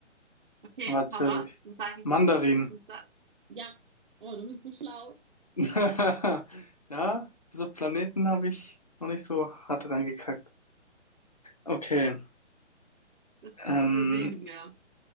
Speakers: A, on the right (about 45°); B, on the left (about 35°).
A: Okay,
B: Aber erzähl
A: hau raus.
B: ich.
A: Dann sage
B: Mandarin.
A: ich, dann sa- ja, oh, du bist so schlau.
B: <laughs> Ja, bis auf Planeten habe ich noch nicht so hart reingekackt. Okay.
A: Das
B: Ähm,
A: übersehen wir.